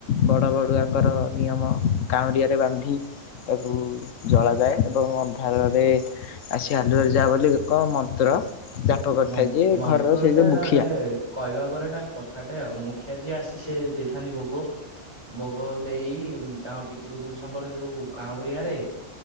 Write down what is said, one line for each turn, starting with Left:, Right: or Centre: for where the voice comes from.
Left: ବଡ଼ ବଡ଼ୁଆଙ୍କର ନିୟମ କାଉଁରିଆରେ ବାନ୍ଧି ତାକୁ ଜଳାଯାଏ ଏବଂ ଅନ୍ଧାରରେ ଆସି ଆଲୁଅରେ ଯା ବୋଲି ଏକ ମନ୍ତ୍ର। ଜାପ କରିଥାଏ
Right: ମ
Left: ଯେ
Right: ମନ୍ତ୍ରତନ୍ତ୍ର
Left: ଘରର ସେଇ ଯୋଉ
Right: ଏଟା
Left: ମୁଖିଆ
Right: ଗୋଟେ କହିବାକୁ ଗଲେ ଏଟା କଥାଟେ ଆଉ ମୁଖିଆ ଯିଏ ଆସି ସେ ଦେଇ ଥାନ୍ତି ଭୋଗ, ଭୋଗ ଦେଇ ତାଙ୍କ ପିତୃ ପୁରୁଷଙ୍କର ଯୋଉ କାଉଁରିଆରେ